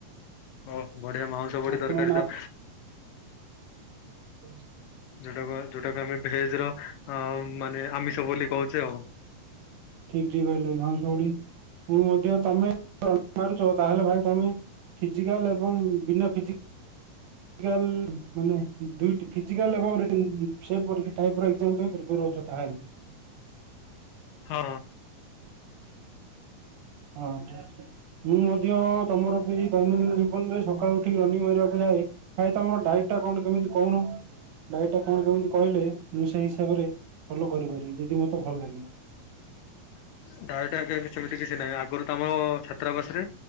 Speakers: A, on the left; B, on the right.
A: ଓ ବଢିଆ ମାଉଁସ ବଢି
B: ବର୍ତ୍ତମାନ
A: ତରକାରୀ ତ
B: ହଁ
A: ଯୋଉଟାକୁ ଯୋଉଟାକୁ ଆମେ ଭେଜ୍ ର ମାନେ ଆମିଷ ବୋଲି କହୁଛେ ଆଉ।
B: ଠିକ୍ ଠିକ୍ କହିଲେ ମାଉଁସ ମୁଢ଼ି ମୁ ମଧ୍ୟ ତମେ ମାରୁଛ ତାହାଲେ ଭାଇ ତମେ ଫିଜିକାଲ ଏବଂ ବିନା ଫିଜିକା ଫିଜିକାଲ ମାନେ ଦୁଇଟି ଫିଜିକାଲ ଏବଂ ସେ ପରିକା ଟାୟୀପ୍ ର ଏକ୍ଜାମ କରି ପାରିବ। ଉଠ ତାହାଲେ।
A: ହଁ।
B: ହଁ ଠିକ୍ ଠିକ୍। ମୁଁ ମଧ୍ୟ ତମର କି ଦୈନନ୍ଦିନ ଜୀବନରେ ସକାଳୁ ଉଠିକି ରନିଂ ମାରିବାକୁ ଯାଏ କାଇଁ ତମର ଡାଇଟ୍ ଟା କଣ କେମିତି କହୁନ? ଡାଇଟ୍ ଟା କଣ କେମିତି କହିଲେ ମୁଁ ସେଇ ହିସାବରେ ଫୋଲା କରିପାରିବି ଯଦି ମତେ ଭଲ ଲାଗିଲା।
A: <unintelligible> ଡାଇଟ୍ ଆଜ୍ଞା ସେମିତି କିଛି ନାହିଁ ଆଗରୁ ତ ଆମର ଛାତ୍ରାବାସରେ